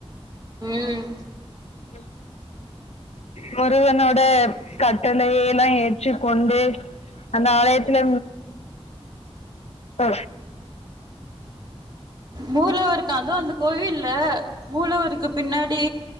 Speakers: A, on the right; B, on the left.
A: ம்
B: ஹம் முருகனோட கட்டளையெல்லா ஏற்றுக்கொண்டு அந்த ஆலயத்துல அ
A: மூலவருக்கு அதுவு அந்த கோவில்ல மூலவருக்கு பின்னாடி